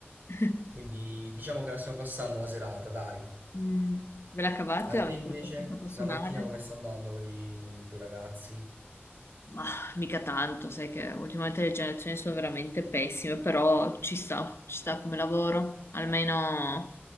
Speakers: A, on the left; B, on the right.
A: <laughs>
B: Quindi diciamo che la stiamo passando la serata, dai.
A: Mm. Ve la cavate?
B: A te
A: Avete
B: invece,
A: questa personale?
B: la mattina come sta andando con i ragazzi?
A: Ma mica tanto, sai che ultimamente le generazioni sono veramente pessime, però ci sta, ci sta come lavoro. Almeno